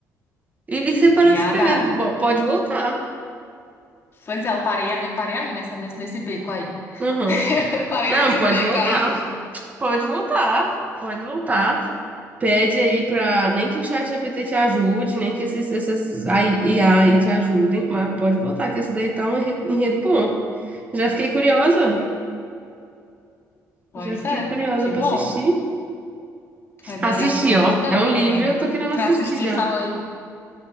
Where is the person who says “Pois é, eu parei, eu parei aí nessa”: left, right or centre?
Left